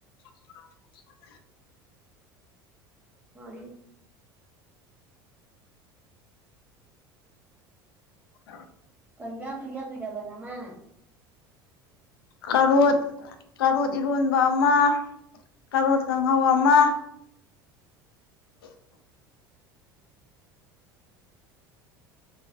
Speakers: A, on the left; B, on the right.
A: <inaudible>
B: ꯃꯥ
A: ꯑ
B: ꯀꯌꯥ ꯄꯌꯥ ꯄꯤꯌꯥꯕꯅꯃ
A: ꯀꯔꯣ ꯀꯔꯣ ꯏꯔꯣꯟꯕ ꯑꯃ ꯀꯔꯣ ꯀꯥꯡꯍꯧ ꯑꯃ <unintelligible>